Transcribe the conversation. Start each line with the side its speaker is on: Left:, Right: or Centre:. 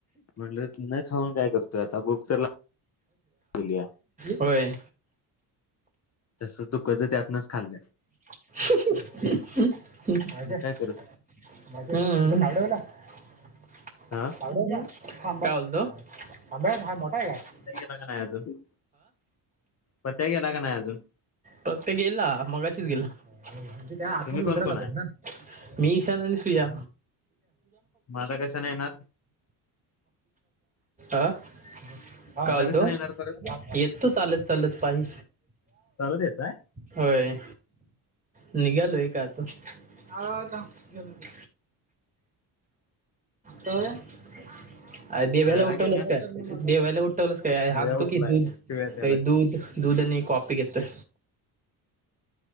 Left: म्हटलं न खाऊन काय करतोय आता बुक तर लागली
Right: होय.
Left: तसंच दुःखच ते आपणच खाल्लं.
Right: जा.
Left: मग
Right: डलाडला.
Left: काय करू शकतो.
Right: काय
Left: हा
Right: होतं?
Left: प्या गेला का नाही अजून पत्या गेला का नाही अजून
Right: तरग ते गेला मगाशीच गेला म्हजे त्या आत
Left: तुम्ही
Right: उतराला
Left: कोण कोण आहे
Right: पण ना. मी, ईशान आणि सुया.
Left: मग आता कशाने येणार
Right: आ. काय
Left: आता
Right: बोलतो,
Left: कशाने येणार परत
Right: येतो चालत चालत पायी.
Left: चालत येताय
Right: होय. निघालोय का आता, आलो आलो थांब घेऊन येतो. जाऊया? देव्याला
Left: खायला
Right: उठवलंस
Left: घेऊन या
Right: काय, देव्याला उठवलंस काय? आणतो
Left: देव्या उठलाय
Right: की दूध
Left: शिव्या द्यायलाय
Right: काय दूध.
Left: तुम्हाला
Right: दूध आणि कॉफी घेतोय.